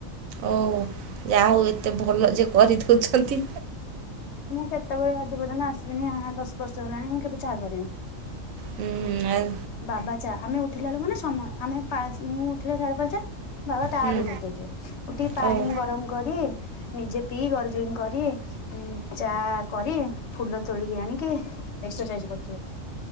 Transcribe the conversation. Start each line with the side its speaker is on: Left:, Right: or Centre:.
Right: ଓ ଯାହଉ ଏତେ ଭଲ ଯେ କରିଦଉଛନ୍ତି।
Left: ମୁଁ କେତେବେଳେ ଆଜି ପର୍ଯ୍ୟନ୍ତ ଆସିଲିଣି ଦଶ ବର୍ଷ ହେଲାଣି ମୁଁ କେବେ ଚାହା କରିନି।
Right: ହୁଁ ଆଉ
Left: ବାବା ଚା ଆମେ ଉଠିଲା ବେଳୁ ମାନେ ସମ ଆମେ ପା ମୁଁ ଉଠିଲା ସାଢେ ପାଞ୍ଚଟା ବାବା ତା
Right: ହୁଁ।
Left: ଆଗରୁୁ ଉଠି ଯାଇଥିବେ ଉଠିକି ପାଣି
Right: ହଉ।
Left: ଗରମ କରି ନିଜେ ପିଇ ଗର୍ଗଲିଙ୍ଗ କରି ଚା କରି ଫୁଲ ତୋଳିକି ଆଣିକି ଏକ୍ସରସାଇଜ୍ କରୁଥିବେ।